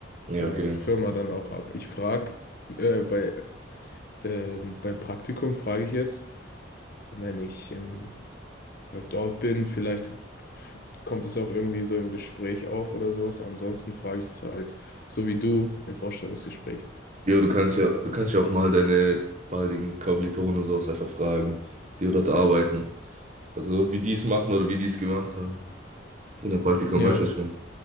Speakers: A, on the right; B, on the left.
A: Ja,
B: äh,
A: okay.
B: Firma dann auch habe. Ich frage äh, bei, ähm, beim Praktikum frage ich jetzt, wenn ich im halt dort bin. Vielleicht f- kommt es auch irgendwie so im Gespräch auf oder sowas. Ansonsten frage ich das halt so wie du im Vorstellungsgespräch.
A: Jo, du kannst ja, du kannst ja auch mal deine baldigen Kommilitonen und sowas einfach fragen, die dort arbeiten. Also wie die es machen oder wie die es gemacht haben. In der Praktikum,
B: Ja,
A: weißt du, was ich meine?